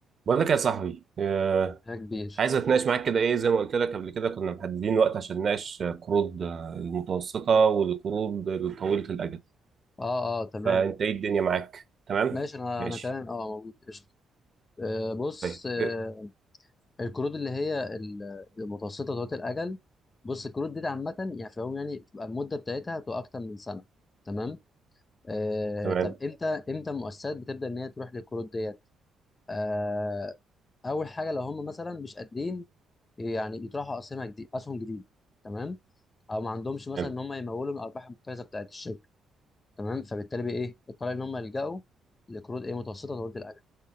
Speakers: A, on the right; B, on the left.
A: بقول لك يا صاحبي آه،
B: يا كبير
A: عايز اتناقش معاك كده ايه زي ما قلت لك قبل كده كنا محددين وقت عشان نناقش آه، قروض آه، المتوسطة والقروض الطويلة الأجل
B: اه اه تمام
A: فأنت ايه الدنيا معاك تمام
B: ماشي انا
A: ماشي
B: انا تمام اه موجود قشطه آه بص
A: طيب
B: آه
A: إيه؟
B: الكروت اللي هي ال- المتوسطه ذات الاجل بص الكروت دي عامه يعني في العموم يعني بتبقى المده بتاعتها بتبقى اكتر من سنه تمام آه
A: تمام
B: طب امتى امتى المؤسسات بتبدا ان هي تروح للكروت ديت آه اول حاجه لو هم مثلا مش قادرين يعني يطرحوا اسهم جديده اسهم جديده تمام او ما عندهمش مثلا
A: تمام
B: ان هم يمولوا من الارباح المحتجزه بتاعت الشركه تمام فبالتالي بقى ايه الطريقه ان هم يلجأوا لقروض ايه متوسطه طويله الاجل